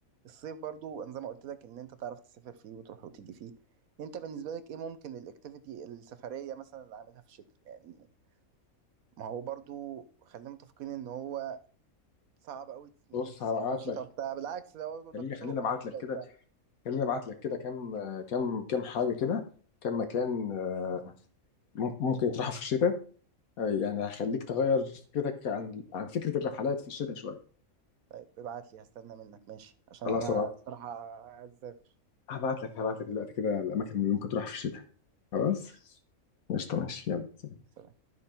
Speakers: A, on the right (about 70°); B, on the left (about 70°).
A: الصيف برضو انا زي ما قلت لك ان انت تعرف تسافر فيه وتروح وتيجي فيه انت بالنسبه لك ايه ممكن الاكتيفيتي السفريه مثلا اللي عاملها في الشتاء يعني ما هو برضو خلينا متفقين ان هو صعب قوي الناس
B: بص
A: تسافر
B: هبعت
A: في الشتاء
B: لك
A: وبتاع بالعكس ده هو يقول
B: خليني
A: لك الطرق
B: خليني
A: مقفولة
B: ابعت لك كده
A: وبتاع
B: خليني ابعت لك كده كام كام كام حاجه كده كام مكان آه، مم- ممكن يطرحوا في الشتاء آه، يعني هخليك تغير فكرتك عن عن فكره الرحلات في الشتاء شويه
A: طيب ابعت لي هستنى منك ماشي عشان
B: خلاص
A: انا
B: هبعت
A: بصراحة عايز اسافر
B: هبعت لك هبعت لك دلوقتي كده الاماكن اللي ممكن تروح في الشتاء خلاص
A: ماشي
B: قشطه ماشي يلا
A: سلام